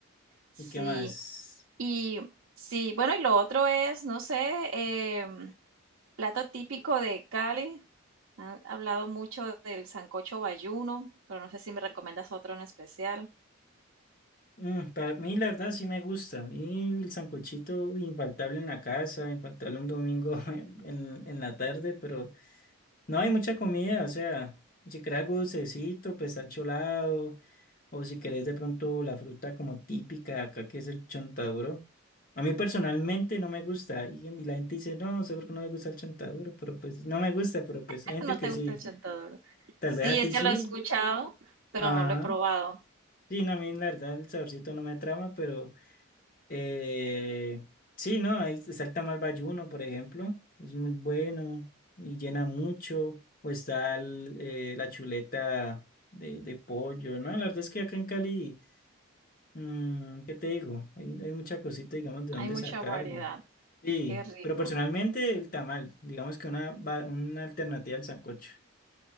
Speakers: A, on the right (about 65°); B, on the left (about 40°).
A: Sí,
B: ¿Y qué más?
A: y sí, bueno, y lo otro es, no sé, em, plato típico de Cali. Han hablado mucho del sancocho bayuno, pero no sé si me recomiendas otro en especial.
B: Mm, para mí, la verdad, sí me gusta. Y el sancochito infaltable en la casa, infaltable un domingo <laughs> en, en la tarde, pero No hay mucha comida, o sea, si querés algo dulcecito, pues al cholado, o si querés de pronto la fruta como típica de acá, que es el chontaduro. A mí personalmente no me gusta, y, y la gente dice, no, no sé por qué no me gusta el chontaduro, pero pues no me gusta, pero pues
A: <laughs>
B: hay gente
A: No
B: que
A: te
B: sí,
A: gusta el chontaduro.
B: tal
A: Sí,
B: vez a
A: este
B: ti sí,
A: lo he escuchado, pero
B: ajá.
A: no lo he probado.
B: Sí, no, a mí la verdad el saborcito no me trama, pero Eh, sí, ¿no? Ahí salta mal Bayuno, por ejemplo. Es muy bueno y llena mucho. O está el, eh, la chuleta de, de pollo, ¿no? La verdad es que acá en Cali, mm, ¿qué te digo? Hay, hay mucha cosita, digamos, de dónde
A: Hay mucha
B: sacar.
A: variedad.
B: Y, sí,
A: Qué rico.
B: pero personalmente el tamal, digamos que una, va- una alternativa al sancocho.